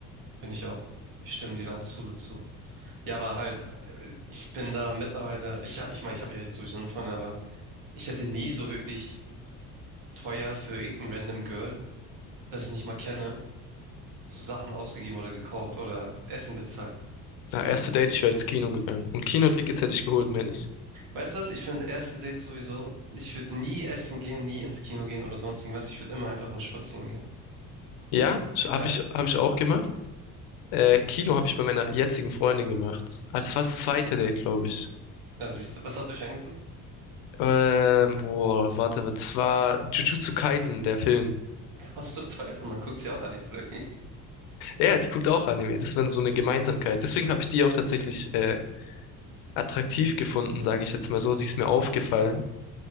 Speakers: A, on the right; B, on the left.
A: Finde ich auch. Ich stimme dir da absolut zu. Ja, aber halt, äh, ich bin da mittlerweile, ich ja, ich meine, ich habe ja jetzt sowieso eine Freundin, aber ich hätte nie so wirklich teuer für irgendein random Girl, das ich nicht mal kenne, so Sachen ausgegeben oder gekauft oder Essen bezahlt.
B: Na, erste Date, ich wäre ins Kino gegangen. Und Kinotickets hätte ich geholt, mehr nicht.
A: Weißt du was? Ich finde erste Dates sowieso, ich würde nie essen gehen, nie ins Kino gehen oder sonst irgendwas. Ich würde immer einfach nur spazieren gehen.
B: Ja, habe
A: Ja.
B: ich, hab ich auch gemacht. Äh, Kino habe ich bei meiner jetzigen Freundin gemacht. Ah, das war das zweite Date, glaube ich.
A: Na, siehst du, was habt ihr euch angeguckt?
B: Ähm, boah, warte, das war Jujutsu Kaisen, der Film.
A: <laughs> Was zum Teufel? Man guckt sie auch an, oder wie?
B: Ja, die guckt auch Anime. Das war so eine Gemeinsamkeit. Deswegen habe ich die auch tatsächlich äh, attraktiv gefunden, sage ich jetzt mal so. Die ist mir aufgefallen.